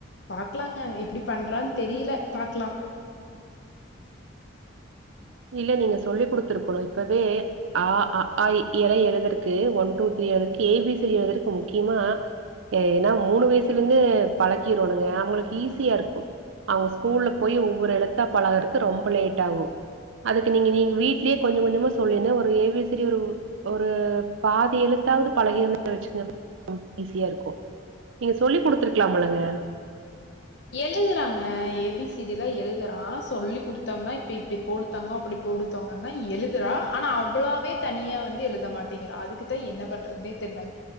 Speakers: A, on the left; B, on the right.
A: பாக்லாங்க எப்டி பண்றான் தெரீல பாக்லா
B: இல்ல நீங்க சொல்லி குடுத்ருக்கணு இப்பவே ஆ அஆஇஈ எல்லா எழுதறதுக்கு ஒன் டூ த்ரீ வரைக்கி ஏபிசி எழுதறதுக்கு முக்யமா ஏன்னா மூணு வயசுலந்து பழக்கிரனுங்க அவங்களுக்கு ஈஸியாருக்கூ அவங்க ஸ்கூல்ல போய் ஒவ்வொரு எழுத்தா பழகறக்கு ரொம்ப லேட்டாகு அதுக்கு நீங்க நீங்க வீட்லே கொஞ்ச கொஞ்சமா சொல்லிந்த ஒரு ஏபிசிடி ஒரு பாதி எழுத்தாவது பழகிருந்தா வச்சுக்கிங்க ஈஸியாருக்கு நீங்க சொல்லி குடுத்துருக்லாமல்லங்க
A: எழுதுறாங்க ஏபிசிடிலா எழுதுறா சொல்லி குடுத்தம்னா இப்ப இப்டி போடு தங்கம் அப்டி போடு தங்கம்னா எழுதுறா ஆனா அவளாவ்வே தனியா வந்து எழுத மாட்டேங்கறா அதுக்குதா என்ன பண்றதென்னே தெர்லங்